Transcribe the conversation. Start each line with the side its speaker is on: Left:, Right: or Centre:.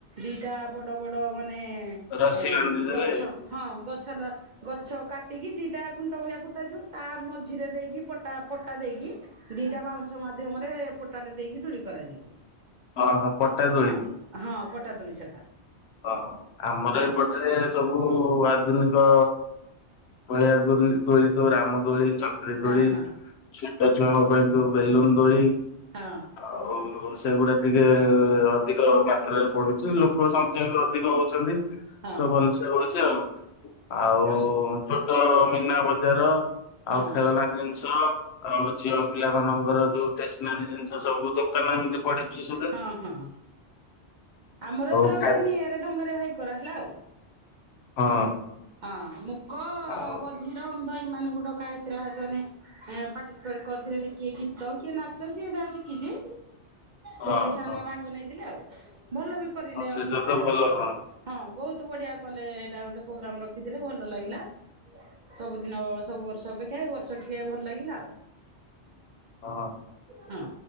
Right: ଦିଟା ବଡ ବଡ ମାନେ
Left: ରସି
Right: ଏ
Left: ବାନ୍ଧିଦେବେ
Right: ଗଛ ହଁ ଗଛଲ ଗଛ କାଟିକି ଦିଟା ଖୁଣ୍ଟ ଭଳିଆ ପୋତା ଯିବ। ତା ମଝିରେ ଦେଇକି ପଟା ପଟା ଦେଇକି ଦିଟା ବାଉଁଶ ମାଧ୍ୟମରେ ପଟାଟେ ଦେଇକି ଦୂଳି କରାଯିବ।
Left: ଓହୋ ପଟା ଦୋଳି।
Right: ହଁ ହଁ ପଟା ଦୁଳି ସେଟା।
Left: ହଁ ଆମର
Right: ହଁ
Left: ଏପଟେ ସବୁ ଆଧୁନିକ ଭଳିଆ ଦଳି ଦୋଳି ଯୋ ରାମ ଦୋଳି ଚକ୍ରି ଦୋଳି
Right: ହଁ ହଁ।
Left: ଛଟ ଛୁଆଙ୍କ ପାଇଁ ଯୋଉ ବେଲୁନ ଦୋଳି।
Right: ହଁ।
Left: ଆଉ ସେଗୁଡା ଟିକେ ଅଧିକ ମାତ୍ରାରେ ପଡୁଚି। ଲୋକ ସ ଅଧିକ ହଉଚନ୍ତି ତ
Right: ହଁ
Left: ଭଲସେ ହଉଚି ଆଉ। ଆଉ
Right: ଆମ
Left: ଛୋଟ ମୀନା ବଜାର
Right: ହଁ
Left: ଆଉ ଖେଳନା ଜିନିଷ। ଆଉ ଝିଅପିଲା ମାନଙ୍କର ଯୋଉ ଟେସନାରୀ ଜିନିଷ ସବୁ ଦୋକାନ ଏମିତି ପଡିଚି ସଦେ।
Right: ହଁ ହଁ ଆମର
Left: ଆଉ
Right: ଏଥର ଗୋଟେ
Left: ଖା
Right: ନିଆରା ଢଙ୍ଗରେ ଭାଇ କରା ହେଲା ଆଉ।
Left: ହଁ
Right: ହଁ ମୁକ,
Left: ଆଉ
Right: ବଧିର, ଅନ୍ଧ ଏଇ ମାନଙ୍କୁ ଡ଼କା ହେଇଥିଲା। ସେଆନେ ଏଁ ପାର୍ଟିସିପେଟ କରିଥିଲେ ନି କିଏ ଗୀତ କିଏ ନାଚ ଯିଏ ଯାହା ଶିଖିଚି ସେଇଥିରେ
Left: ହଁ ହଁ
Right: ସେଆନେ ଭାଗ ନେଇଥିଲେ ଆଉ। ଭଲ ବି କରିଲେ
Left: ହଁ ସେଇଟା
Right: ଅନ୍ଧ ମାନେ
Left: ତ ଭଲ
Right: ବ ହଁ ବହୁତ ବଢିଆ କଲେ ହେଇଟା ଗୋଟେ ପ୍ରୋଗ୍ରାମ ରଖିଥିଲେ ଭଲ ଲାଗିଲା। ସବୁଦିନ ସବୁ ବର୍ଷ ଅପେକ୍ଷା ଏଇ ବର୍ଷ ଟିକେ ଭଲ ଲାଗିଲା ଆଉ।
Left: ହଁ।
Right: ହଁ